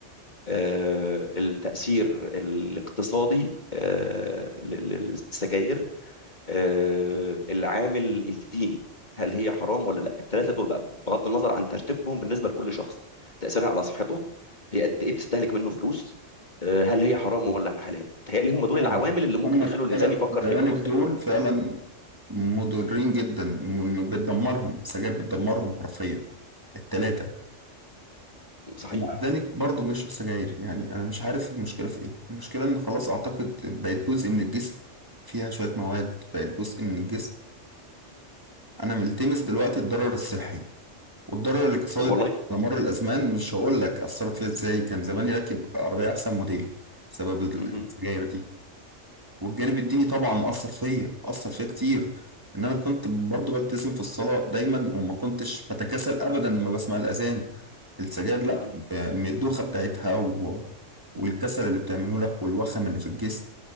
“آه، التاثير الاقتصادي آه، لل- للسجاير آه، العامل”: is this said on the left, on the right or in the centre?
Left